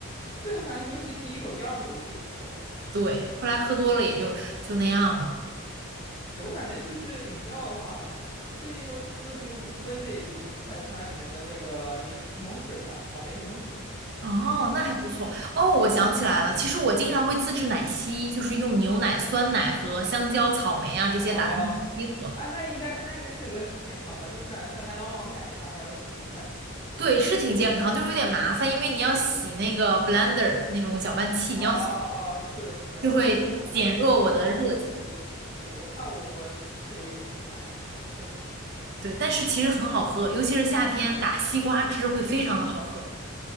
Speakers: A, on the left; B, on the right.
A: 对，我感觉尤其第一口、第二口是最爽的
B: 对，后来喝多了也就就那样了。
A: 对，我感觉就是饮料的话，我最近会喝就是 Wendy's 这个快餐里面的那个柠檬水吧，草莓柠檬水
B: 哦，那还不错。哦，我想起来了，其实我经常会自制奶昔，就是用牛奶、酸奶和香蕉、草莓啊这些打成奶昔喝。
A: 啊，啊，那应该那应该确实很健康吧，因为我感觉在麦当劳买一下还要四五块呢。
B: 对，是挺健康，就是有点麻烦，因为你要洗那个 blender 那种搅拌器，
A: 啊
B: 你要洗
A: 啊，是的，是的我我我看我看我，
B: 就会减弱我的热情。
A: 对对对，我看我我室友有，就感觉很，确实是。
B: 对，但是其实很好喝，尤其是夏天打西瓜汁会非常的好喝。